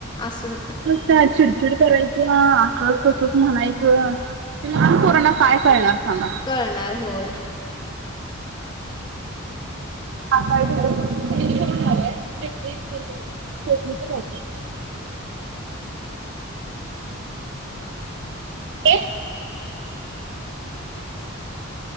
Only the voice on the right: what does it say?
त्या चिडचिड करायच्या, असच तसच म्हणाय च, ते लहान पोरांना काय करळणार सांगा?
हा कायेकय छकरी तरय का? ते